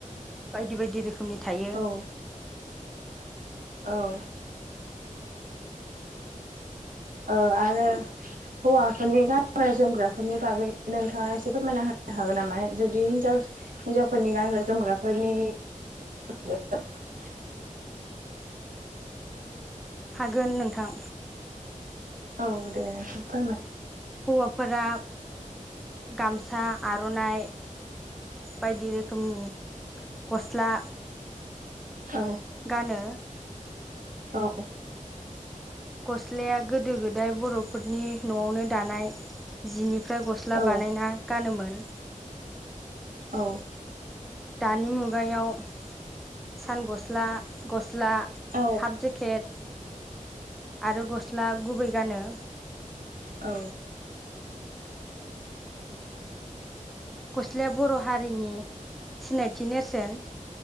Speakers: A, in the centre; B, on the right.
A: बायदि बायदि रोखोमनि थायो।
B: औ औ। ओ आरो हौवाफोरनि गानग्रा जोमग्राफोरनि बागै नोंथाङा एसे फोरमायना हो हागोन नामा जुदि हिनजाव हिनजावफोरनि गानग्रा जोमग्राफोरनि <unintelligible>
A: हागोन नोंथां।
B: औ दे नोंथां फोरमाय।
A: हौवाफोरा गामसा आर'नाइ। बायदि रोखोमनि गस्ला।
B: औ
A: गानो।
B: औ।
A: गस्लाया गोदो गोदाय बर'फोरनि न'आवनो दानाय जिनि। फ्राय गस्ला
B: औ
A: बानायना गानोमोन।
B: औ।
A: दानि मुगायाव सान गस्ला गस्ला।
B: औ
A: हाफ जेकेट आरो गस्ला गुबै गानो।
B: औ।
A: गस्लाया बर' हारिनि सिनायथि नेरसोन।